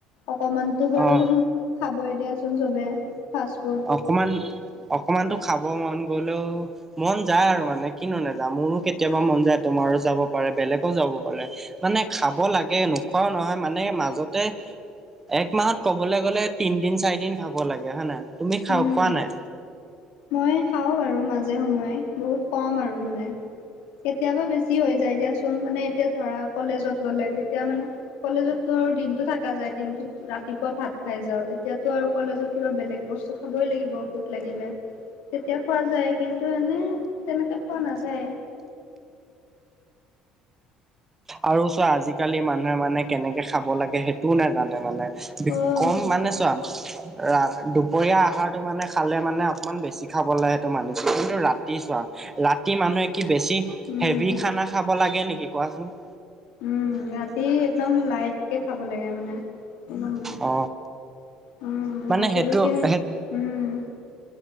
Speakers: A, on the left; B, on the right.
A: অকণমানতো বাৰু
B: অ',
A: খাবই দিয়াচোন চবে ফাষ্ট-ফুড
B: অকণমান অকণমানটো খাব মন গ'লেও মন যায় আৰু মানে কিনো নাযা মোৰো কেতিয়াবা মন যায় তোমাৰো যাব পাৰে বেলেগও যাব গলে মানে খাব লাগে নোখোৱাও নহয় মানে মাজতে এক মাহত কবলে গ'লে তিন দিন, চাৰি দিন খাব লাগে হয় নহয় তুমি খা
A: উম,
B: খোৱা নাই?
A: মই খাওঁ বাৰু মাজে সময়ে বহুত কম আৰু মানে কেতিয়াবা বেছি হৈ যায় দিয়াচোন মানে এতিয়া ধৰা কলেজত গ'লে তেতিয়া মানে কলেজততো আৰু দিনটো থকা যায় দিনটোত ৰাতিপুৱা ভাত খাই যাওঁ তেতিয়া- তো আৰু কলেজত কিবা বেলেগ বস্তু খাবই লাগিব ভুক লাগিলে। তেতিয়া খোৱা যায় কিন্তু এনে তেনেকে খোৱা নাযায়।
B: আৰু চোৱা আজিকালি মানুহে মানে কেনেকে খাব লাগে সেইটোও নাজানে মানে। বি
A: অ',
B: কম মানে চোৱা ৰা দুপৰীয়া আহাৰটো মানে খালে মানে অকণমান বেছি খাবলৈ সেইটো মানিছোঁ, কিন্তু ৰাতি চোৱা - ৰাতি মানুহে কি বেছি
A: উম।
B: হেভি খানা খাব লাগে নেকি কোৱাচোন -
A: উম, ৰাতি একদম লাইট কে খাব লাগে মানে - একদম,
B: অ
A: উম
B: মানে
A: ৰাতি
B: সেইটো
A: বেছি,
B: সেই
A: উম -